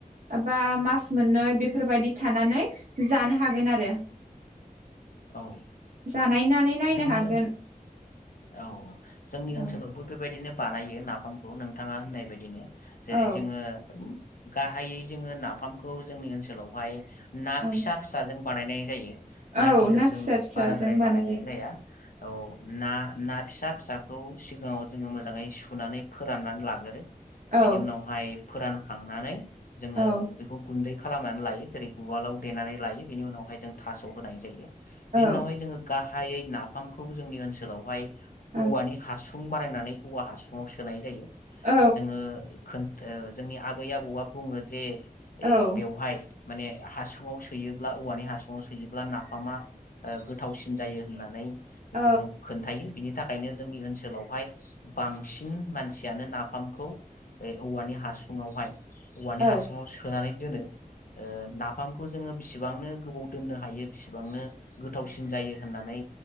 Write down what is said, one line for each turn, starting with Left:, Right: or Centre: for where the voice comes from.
Right: बा मास मोननै बेफोरबादि थानानै जानो हागोन आरो।
Left: औ
Right: जानायनानै नायनो
Left: जोंनि
Right: हागोन।
Left: ओन औ जोंनि ओनसोलावबो
Right: औ
Left: बेबायदि बिदिनो बानायो नाफामखौ नोंथाङा होननाय बायदिनो। जेरै
Right: औ
Left: जोङो गाहायै जोङो नाफामखौ जोंनि ओनसोलावहाय ना
Right: औ
Left: फिसा फिसाजों बानायनाय जायो। ना
Right: औ
Left: गिदिरजों
Right: फिसा फिसाजों
Left: बाराद्राय
Right: बानायो
Left: बानायनाय जाया औ ना ना फिसा फिसाखौ सिगाङाव जोङो मोजाङै सुनानै फोराननानै लागोरो।
Right: औ
Left: बेनि उनावहाय फोरानखांनानै जोङो
Right: औ
Left: बेखौ गुन्दै खालाम खालामनानै लायो जेरै उवालाव देनानै लायो बेनि उनावहाय जों थास होनाय जायो।
Right: औ
Left: बिनि उनावहाय जोङो गाहा गाहायै नाफामखौ जोंनि ओनसोलावहाय औवानि
Right: औ
Left: हासुं फुं बानायनानै औवा हासुङाव सोनाय जायो।
Right: औ
Left: जोङो खो ओ जोंनि आबै आबौआ बुङो जे
Right: औ
Left: ए बेवहाय माने हासुङाव सोयोब्ला औवानि हासुङाव सोयोब्ला नाफामा गोथावसिन जायो होननानै
Right: औ
Left: जोङो खोन्थायो बिनि थाखायनो जोंनि ओनसोलावहाय बांसिन मानसियानो नाफामखौ औवानि हासुङावहाय औवानि
Right: औ
Left: हासुङाव सोनानै <unintelligible> ओ नाफामखौ जोङो बिसिबांनो गोबाव दोननो हायो बिसिबांनो गोथावसिन जायो होननानै